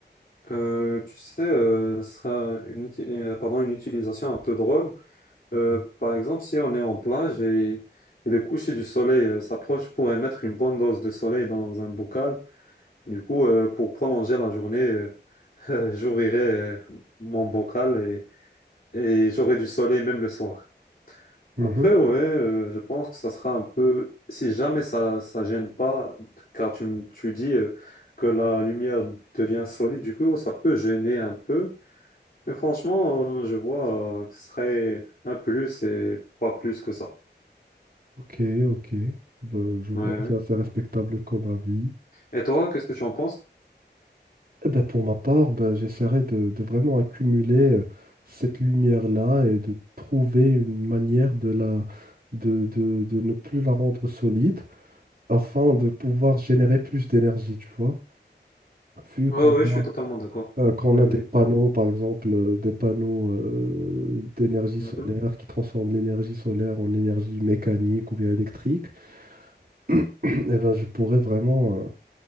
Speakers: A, on the left (about 50°); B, on the right (about 50°).
A: Euh, tu sais, euh, ce sera une, uti- euh, pardon, une utilisation un peu drôle. Euh, par exemple, si on est en plage et, et le coucher du soleil euh, s'approche, pourrait mettre une bonne dose de soleil dans un bocal. Du coup, euh, pour prolonger la journée, euh, <laughs> j'ouvrirai euh, mon bocal et, et j'aurai du soleil même le soir.
B: Mhm.
A: Après, ouais, euh, je pense que ça sera un peu, si jamais ça ça gêne pas, car tu, me- tu dis euh, que la lumière devient solide, du coup, ça peut gêner un peu. Mais franchement, euh, je vois euh, que ce serait un plus et pas plus que ça.
B: Ok, ok. Ben, je vois,
A: Ouais, ouais.
B: c'est assez respectable comme avis.
A: Et toi, qu'est-ce que tu en penses?
B: Eh ben, pour ma part, ben, j'essaierai de, de vraiment accumuler euh, cette lumière-là et de trouver une manière de la, de, de- de ne plus la rendre solide afin de pouvoir générer plus d'énergie, tu vois. Vu
A: Ouais,
B: qu'on
A: ouais, je suis
B: a,
A: totalement d'accord.
B: euh, qu'on
A: Oui,
B: a
A: oui.
B: des panneaux, par exemple, euh, des panneaux euh, d'énergie
A: Mhm.
B: solaire qui transforment l'énergie solaire en énergie mécanique ou bien électrique, <clears throat> eh ben, je pourrais vraiment euh,